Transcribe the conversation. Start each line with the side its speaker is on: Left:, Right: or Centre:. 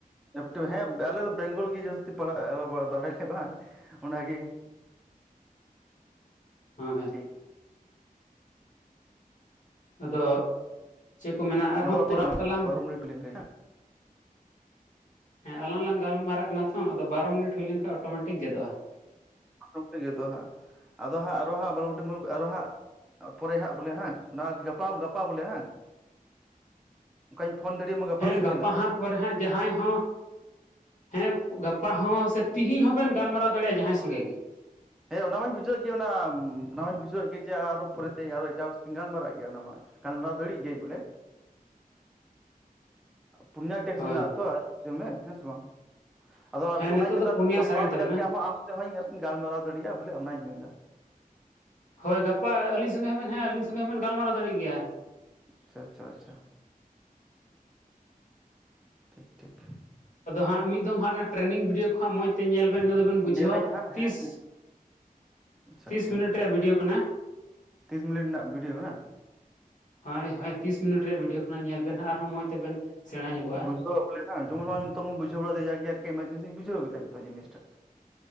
Centre: ᱮᱠᱴᱤᱵᱟ ᱦᱮᱸ ᱟᱞᱮᱫᱚ ᱵᱮᱝᱜᱚᱞ ᱜᱮ ᱡᱟᱹᱥᱛᱤ ᱯᱟᱲᱟᱜ <unintelligible> ᱵᱟᱝ ᱚᱱᱟᱜᱮ
Left: ᱦᱳᱭ
Centre: ᱴᱷᱤᱠ
Left: ᱟᱫᱚ ᱪᱮᱫ ᱠᱚ ᱢᱮᱱᱟ ᱟᱨᱦᱚᱸ
Centre: ᱱᱚᱣᱟ ᱫᱚ
Left: ᱠᱚᱨᱟᱣ
Centre: ᱴᱷᱤᱠ
Left: ᱛᱟᱞᱟᱝ
Centre: ᱵᱟᱨᱚ ᱢᱤᱱᱤᱴ ᱦᱩᱭ ᱞᱮᱱ
Left: ᱦᱮᱸ ᱟᱞᱟᱝ ᱞᱟᱝ ᱜᱟᱞᱢᱟᱨᱟᱜ ᱠᱟᱱᱟ ᱛᱚ ᱟᱫᱚ ᱵᱟᱨᱚ ᱢᱤᱱᱴ ᱦᱩᱭ ᱞᱮᱱᱠᱷᱟᱱ ᱚᱴᱳᱢᱮᱴᱤᱠ ᱜᱮᱫᱚᱜᱼᱟ
Centre: ᱚᱴᱚᱢᱤᱴᱤᱠ ᱜᱮᱫᱚᱜ ᱟ ᱦᱟᱸᱜ ᱟᱫᱚ ᱦᱟᱸᱜ ᱟᱨᱚ ᱦᱟᱸᱜ ᱵᱟᱨᱚ ᱢᱤᱱᱤᱴ ᱟᱨᱚ ᱦᱟᱸᱜ ᱯᱚᱨᱮ ᱦᱟᱸᱜ ᱵᱚᱞᱮ ᱵᱟᱝ ᱜᱟᱯᱟ ᱜᱟᱯᱟ ᱵᱚᱞᱮ ᱵᱟᱝ ᱚᱱᱠᱟᱧ ᱯᱷᱳᱱ ᱫᱟᱲᱮᱭᱟᱢᱟ ᱜᱟᱯᱟ
Left: ᱦᱮᱸ
Centre: ᱥᱮ ᱪᱮᱫ ᱞᱮᱠᱟ
Left: ᱦᱟᱸᱜ ᱯᱚᱨᱮ ᱦᱟᱸᱜ ᱡᱟᱦᱟᱸᱭ ᱦᱚᱸ ᱦᱮᱸ ᱜᱟᱯᱟ ᱦᱚᱸ ᱥᱮ ᱛᱤᱦᱤᱧ ᱦᱚᱸᱵᱮᱱ ᱜᱟᱞᱢᱟᱨᱟᱣ ᱫᱟᱲᱮᱭᱟᱜᱼᱟ ᱡᱟᱦᱟᱸᱭ ᱥᱚᱸᱜᱮ ᱜᱮ
Centre: ᱦᱮᱸ ᱚᱱᱟ ᱢᱟᱧ ᱵᱩᱡᱷᱟᱹᱣᱮᱫ ᱜᱮ ᱚᱱᱟ ᱢᱟᱧ ᱵᱩᱡᱷᱟᱹᱣᱮᱫ ᱜᱮ ᱡᱮ ᱟᱨᱚ ᱯᱚᱨᱮᱛᱮᱧ ᱟᱨᱚ ᱮᱴᱟᱜ ᱦᱚᱲ ᱥᱟᱣᱛᱮᱧ ᱜᱟᱞᱢᱟᱨᱟᱜ ᱜᱮ ᱚᱱᱟ ᱢᱟ ᱜᱟᱞᱢᱟᱨᱟᱣ ᱫᱟᱲᱮᱜ ᱜᱤᱭᱟ. ᱧ ᱵᱚᱞᱮ ᱯᱩᱱᱭᱟ ᱴᱮᱠᱥ
Left: ᱦᱳᱭ
Centre: ᱢᱮᱱᱟᱜ ᱟ ᱛᱚ ᱟᱡᱚᱢ ᱢᱮ ᱦᱮᱸ ᱥᱮ ᱵᱟᱝ ᱟᱫᱚ ᱟᱨᱠᱤ
Left: ᱦᱮᱸ
Centre: ᱚᱱᱟᱧ
Left: ᱱᱤᱛᱚᱜ
Centre: ᱢᱮᱛᱟᱜ
Left: ᱫᱚ ᱯᱩᱱᱭᱟ
Centre: ᱢᱮ ᱜᱟᱯᱟ
Left: ᱥᱟᱨᱮᱡ ᱮᱱ
Centre: ᱵᱚᱞᱮ
Left: ᱛᱟᱵᱮᱱᱟ
Centre: ᱟᱨᱠᱤ ᱟᱢ ᱦᱚ ᱟᱢ ᱥᱟᱣᱛᱮᱧ ᱜᱟᱞᱢᱟᱨᱟᱣ ᱫᱟᱲᱮᱭᱟᱜᱼᱟ ᱵᱚᱞᱮ ᱚᱱᱟᱧ ᱢᱮᱱᱫᱟ
Left: ᱦᱳᱭ ᱜᱟᱯᱟ ᱟᱹᱞᱤᱧ ᱥᱚᱸᱜᱮ ᱦᱚᱸ ᱟᱹᱞᱤᱧ ᱥᱚᱸᱜᱮ ᱦᱚᱸᱵᱮᱱ ᱜᱟᱞᱢᱟᱨᱟᱣ ᱫᱟᱲᱮᱜ ᱜᱮᱭᱟ
Centre: ᱟᱪᱪᱷᱟ ᱟᱪᱷᱟ ᱟᱪᱷᱟ ᱴᱷᱤᱠ ᱴᱷᱤᱠ
Left: ᱟᱫᱚ ᱦᱟᱸᱜ ᱢᱤᱫ ᱫᱚᱢ ᱦᱟᱸᱜ ᱚᱱᱟ ᱴᱨᱮᱱᱤᱝ ᱵᱷᱤᱰᱭᱳ ᱦᱟᱸᱜ ᱢᱚᱡᱽ ᱛᱮ ᱧᱮᱞ ᱵᱮᱱ ᱵᱤᱱ ᱵᱩᱡᱷᱟᱹᱣᱟ
Centre: ᱧᱮᱞᱟᱹᱧ ᱦᱟᱸᱜ
Left: ᱛᱤᱥ
Centre: ᱦᱮᱸ ᱦᱮᱸ ᱟᱪᱪᱷᱟ
Left: ᱛᱤᱥ
Centre: ᱟᱪᱪᱷᱟ
Left: ᱢᱤᱱᱤᱴ ᱨᱮᱭᱟᱜ ᱵᱷᱤᱰᱤᱭᱳ ᱠᱟᱱᱟ
Centre: ᱛᱤᱨᱤᱥ ᱢᱤᱱᱤᱴ ᱨᱮᱱᱟᱜ ᱵᱷᱤᱰᱭᱳ ᱠᱟᱱᱟ
Left: ᱦᱳᱭ ᱦᱳᱭ ᱛᱤᱥ ᱢᱤᱱᱤᱴ ᱨᱮᱭᱟᱜ ᱵᱷᱤᱰᱭᱳ ᱠᱟᱱᱟ ᱧᱮᱞ ᱵᱮᱱ ᱦᱟᱸᱜ, ᱟᱨᱦᱚᱸ ᱢᱚᱸᱡᱽ ᱛᱮᱵᱮᱱ ᱥᱮᱬᱟ ᱧᱚᱜᱚᱜᱼᱟ᱾
Centre: <unintelligible> ᱡᱮᱢᱚᱱ ᱱᱤᱛᱚᱜ ᱵᱚᱱ ᱵᱩᱡᱷᱟᱹᱣ ᱵᱟᱲᱟᱭᱮᱫ ᱛᱮ ᱡᱟᱠᱜᱮ ᱚᱱᱟ ᱡᱤᱱᱤᱥ ᱫᱩᱧ ᱵᱩᱡᱷᱟᱹᱣ ᱠᱮᱫᱟ ᱛᱚ ᱡᱤᱱᱤᱥ ᱴᱟᱜ᱾